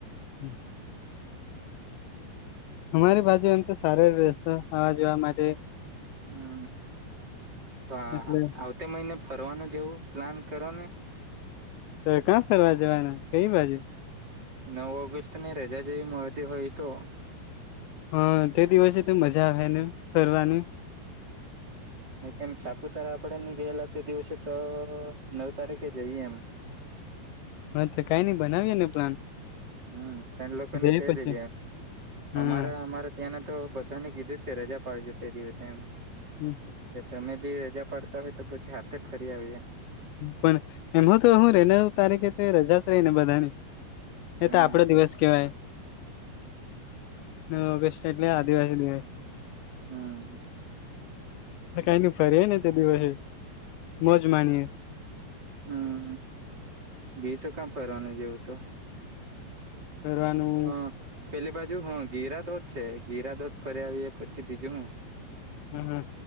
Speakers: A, on the left; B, on the right.
A: હમ અમારી બાજુ એમ તો સારો રહેશે આવા જવા માટે
B: હમ તો આ
A: એટલે
B: આવતે મહિને ફરવાનું જેવું પ્લાન કરો ને
A: તો કં ફરવા જવાના કઈ બાજુ
B: નવ ઓગસ્ટ ની રજા જેવી મળતી હોય તો
A: હા તે દિવસે તો મજા આવેને ફરની
B: કેમ સાપુતારા આપડે ની ગયેલા તે દિવસે તો નવ તારીખે જઈએ એમ
A: હ તો કઈ નઈ બનાવીએ ને પ્લાન
B: હમ ફડ લોકોને
A: જઈ
B: કહી
A: પછી
B: દેજે
A: હા
B: અમારા અમારા ત્યાંને તો બધાને કીધું જ છે રજા પાડજો તે દિવસે એમ
A: હમ
B: તમે બી રજા પાડતા હોય તો પછી હાથે ફરી આવીએ
A: પણ એમાં તો હું રેનવ તારીખે તે રજા જ રહી ને બધાની
B: હ
A: એ
B: હ
A: તો આપડો દિવસ કેવાય ન ઓગસ્ટ એટલે આદિવાસી દિવસે
B: હમ
A: કઈ ન ફરી ને તે દિવસે મોજ માણીએે
B: હમ બી તો ક્યા ફરવાનું જેવું તો
A: કરવાવાનું
B: હા પેલી બાજુ હ ગિરાધોધ છે ગિરાધોધ ફરી આવીએ પછી બીજું હું
A: હમ હ